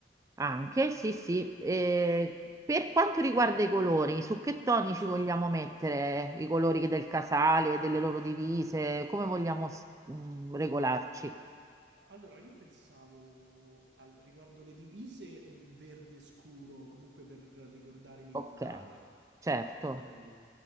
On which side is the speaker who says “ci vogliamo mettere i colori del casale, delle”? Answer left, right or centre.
Right